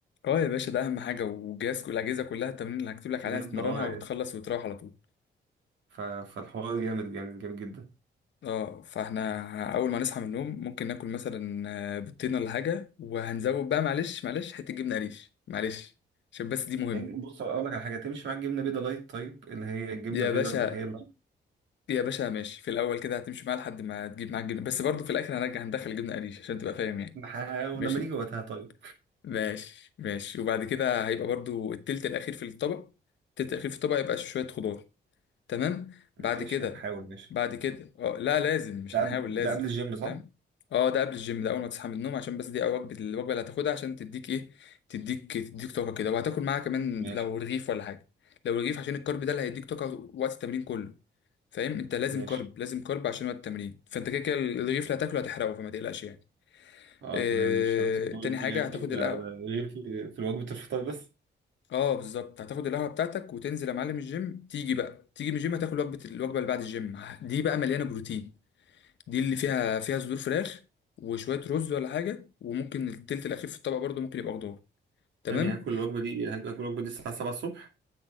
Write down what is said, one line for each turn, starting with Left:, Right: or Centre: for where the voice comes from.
Left: اه يا باشا ده اهم حاجه والجهاز والاجهزه كلها التمرين اللي هكتب
Right: بجد
Left: لك عليها تتمرنها
Right: اه
Left: وتخلص
Right: يعني
Left: وتروح على طول
Right: ف... فالحوار جامد جامد جامد جدا
Left: اه فاحنا ه- اول ما نصحى من النوم ممكن ناكل مثلا آه، بيضتين ولا حاجه وهنزود بقى معلش معلش حته جبنه قريش معلش عشان بس دي مهمه
Right: بص اقول لك على حاجه تمشي معاك جبنه بيضه لايت طيب اللي هي الجبنه
Left: يا
Right: البيضه
Left: باشا
Right: اللي هي اللايت
Left: يا باشا ماشي في الاول كده هتمشي معاه لحد ما تجيب معاك جبنه بس برضه في الاخر هنرجع هندخل جبنه قريش عشان تبقى فاهم يعني
Right: نحاول
Left: ماشي
Right: لما نيجي وقتها طيب
Left: ماشي ماشي وبعد كده هيبقى برضه التلت الاخير في الطبق التلت الاخير في الطبق يبقى شويه خضار تمام بعد
Right: ماشي
Left: كده
Right: هنحاول ماشي
Left: بعد كده اه لا لازم مش
Right: ده
Left: هنحاول
Right: قبل ده
Left: لازم
Right: قبل الجيم صح
Left: فاهم اه ده قبل الجيم ده اول ما تصحى من النوم عشان بس دي أول وجبه الوجبه اللي هتاخدها عشان تديك ايه تديك تديك طاقه كده وهتاكل معاها كمان
Right: ماشي
Left: لو رغيف ولا حاجه لو رغيف عشان الكارب ده اللي هيديك طاقه وقت التمرين كله فاهم انت لازم
Right: ماشي
Left: كارب لازم كارب عشان وقت التمرين فانت كده كده الرغيف اللي هتاكله هتحرقه فما تقلقش يعني
Right: اه
Left: اه...
Right: تمام مش هنسى خالص
Left: تاني حاجه
Right: دي هجيب
Left: هتاخد
Right: ده
Left: القهوه
Right: ده غير في في وجبة الفطار بس
Left: اه بالظبط هتاخد القهوه بتاعتك وتنزل يا معلم الجيم تيجي بقى تيجي من الجيم هتاكل وجبه الوجبه اللي بعد الجيم دي بقى مليانه بروتين دي اللي فيها فيها صدور فراخ وشويه رز ولا حاجه وممكن التلت الاخير في الطبق برضو ممكن يبقى خضار تمام
Right: هاني هاكل الوجبة دي هاكل الوجبة دي الساعة 7 الصبح